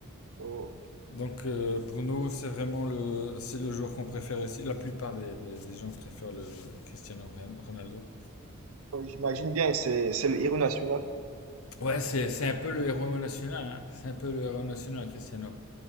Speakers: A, on the right; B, on the left.
A: Oh,
B: Donc, euh, pour nous, c'est vraiment le, c'est le joueur qu'on préfère ici. La plupart des, des- des gens préfèrent le Cristiano Ren- Ronaldo.
A: oh, j'imagine bien, c'est c'est le héros national.
B: Ouais, c'est, c'est un peu le héros national. hein. C'est un peu le héros national, Cristiano.